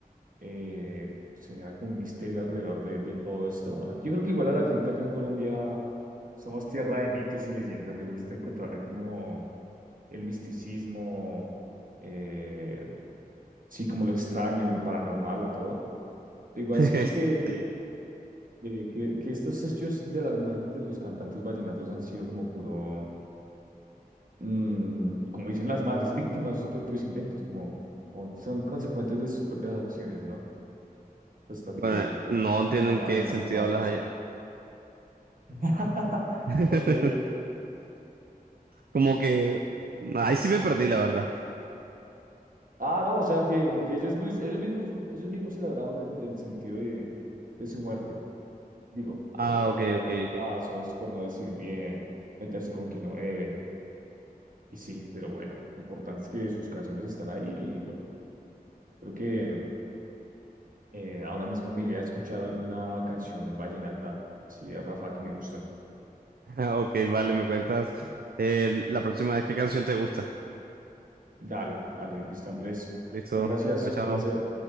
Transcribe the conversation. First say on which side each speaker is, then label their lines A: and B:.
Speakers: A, on the right; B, on the right.
A: Eh, se genera como un misterio alrededor de, de todo esto. A la- Yo creo que igual a la gente acá en Colombia somos tierra de mitos y leyendas. Le gusta encontrarle como el misticismo, eh, sí, como lo extraño, lo paranormal a todo. Pero igual
B: <laughs>
A: siento que
B: Sí.
A: eh, que, que estos hechos de las muertes de los cantantes vallenatos han sido como puro, mm, como dicen las madres, víctimas de sus propios inventos, como, como son consecuentes de sus propias acciones, ¿no? Puesto
B: Bueno,
A: que
B: eh, no
A: a-
B: entiendo
A: andaban
B: en qué
A: en
B: sentido
A: malos pasos.
B: hablas allá.
A: <laughs>
B: <laughs>
A: Ok.
B: Como que ahí sí me perdí, la verdad.
A: Ah, no, o sea que, que ellos, mis- ellos mismos, ellos mismos celebraron el, el sentido de, de su muerte, digo, por,
B: Ah,
A: por
B: ok,
A: andar
B: ok,
A: en malos
B: ok.
A: pasos,
B: <laughs>
A: por no decir bien, meterse con quien no deben, y sí, pero bueno, lo importante es que sus canciones están ahí y bueno. Yo creo que eh, ahora mismo me iré a escuchar alguna canción vallenata, sí, de Rafa que me gustan.
B: Ok, vale, me cuentas eh, la próxima vez qué canción te gusta.
A: Dale, dale, listo, Andrés.
B: Listo.
A: Muchas gracias,
B: Chao, chao.
A: placer. Chao.